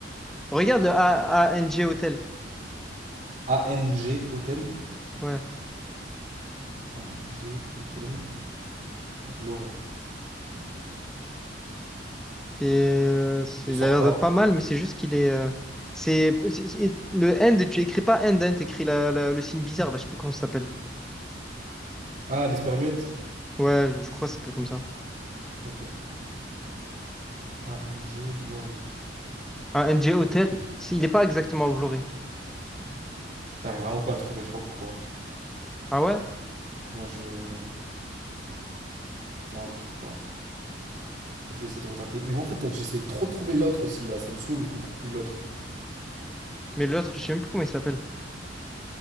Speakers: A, in the centre; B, on the right.
A: Regarde le A ANG Hôtel.
B: A N G Hôtel.
A: Ouais.
B: A N G Hôtel Vloré.
A: C'est, euh, c'est-
B: Je
A: il
B: sors
A: a l'air
B: pas.
A: d'être pas mal, mais c'est juste qu'il est. euh, c'est c'est- c'est- le end, tu écris pas end, hein, t'écris la, la- le signe bizarre, là, je sais plus comment ça s'appelle.
B: Ah, l'Esperluette.
A: Ouais, je, je crois que ça s'appelle comme ça.
B: Ok. A N G Vloré.
A: Ah, N g Hotel, c'est- il est pas exactement enveloppé.
B: J'arrive vraiment pas à le trouver, je sais pas pourquoi.
A: Ah ouais?
B: Moi, je. Non, je le trouve pas. Peut-être je vais essayer de retaper. Mais moi, en fait, j'essaie trop de trouver l'autre aussi, là. Ça me saoule qu'on trouve plus l'autre.
A: Mais l'autre, je sais même plus comment il s'appelle.